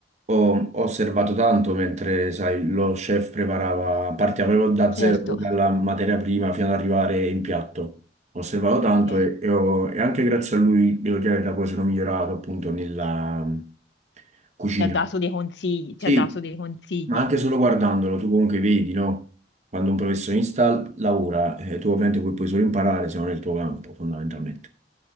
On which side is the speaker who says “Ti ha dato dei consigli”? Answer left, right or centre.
Left